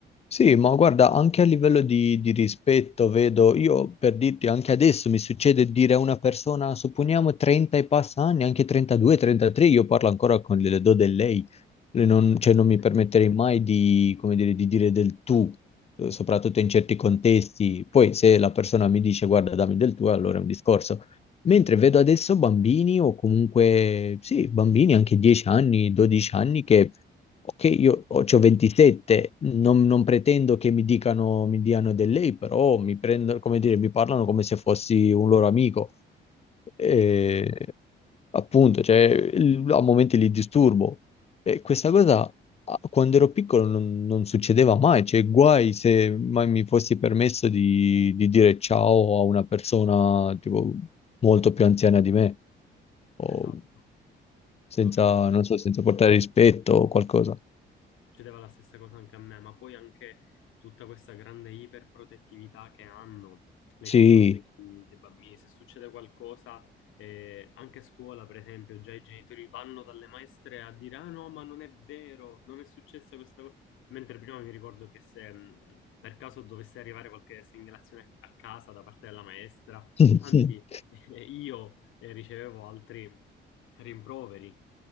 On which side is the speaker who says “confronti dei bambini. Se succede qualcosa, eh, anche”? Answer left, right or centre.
Left